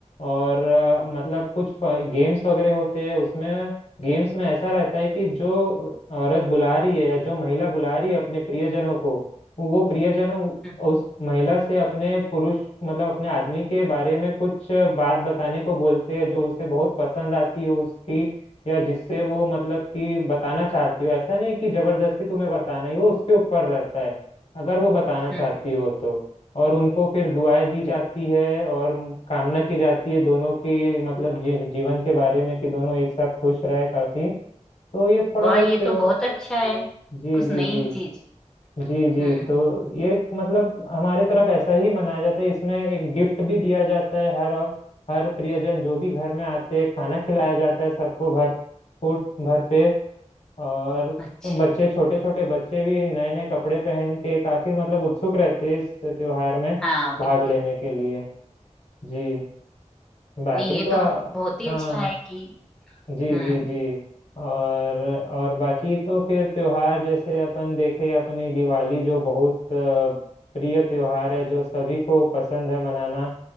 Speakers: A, on the left; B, in the centre.
A: और अ, मतलब कुछ गेम्स वगैरह होते हैं उसमें गेम्स में ऐसा रहता है कि जो औरत बुला रही है या जो महिला बुला रही है अपने प्रियजनों को वो प्रियजन उ-
B: हम्म
A: उस महिला से अपने पुरुष मतलब अपने आदमी के बारे में कुछ बात बताने को बोलते हैं जो उसे बहुत पसंद आती हो उसकी या जिससे वो मतलब कि बताना चाहती हो ऐसा नहीं कि जबरदस्ती तुम्हें बताना ही वो उसके ऊपर रहता है अगर वो बताना चाहती
B: हम्म।
A: हो तो और उनको फिर दुआएं दी जाती है और कामना की जाती है दोनों की मतलब जी, जीवन के बारे में कि दोनों एक साथ खुश रहे काफी तो ये थोड़ा
B: वाह
A: एक
B: ये
A: त्यो
B: तो बहुत अच्छा है
A: जी
B: कुछ
A: जी
B: नई
A: जी
B: चीज
A: जी जी
B: हम्म
A: तो ये मतलब हमारे तरफ ऐसा ही मनाया जाता है इसमें एक गिफ्ट भी दिया जाता है हर हर प्रियजन जो भी घर में आते हैं खाना खिलाया जाता है सबको भर फूट भर पे और
B: अच्छा
A: बच्चे छोटे छोटे बच्चे भी नए नए कपड़े पहन के काफी मतलब उत्सुक रहते हैं इस त्योहार में
B: हाँ बिल्कुल
A: भाग लेने के लिए जी बाकी
B: नहीं
A: तो
B: ये
A: आ,
B: तो बहुत ही
A: हाँ
B: अच्छा है कि
A: जी
B: हम्म
A: जी जी और और बाकी तो फिर त्योहार जैसे अपन देखे अपनी दिवाली जो बहुत अ, प्रिय त्योहार है जो सभी को पसंद है मनाना